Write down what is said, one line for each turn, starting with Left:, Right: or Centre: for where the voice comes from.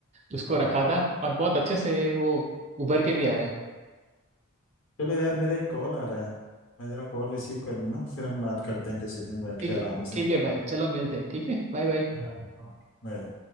Right: उसको रखा था और बहुत अच्छे से वो उभर के भी आया
Left: चलो यार मेरा एक कॉल आ रहा है मैं जरा कॉल रिसीव कर लूँ ना फिर हम बात करते हैं किसी दिन बैठ
Right: ठीक
Left: के आराम
Right: है ठीक
Left: से
Right: है भाई चलो मिलते हैं ठीक है बाय बाय
Left: हाँ। बाय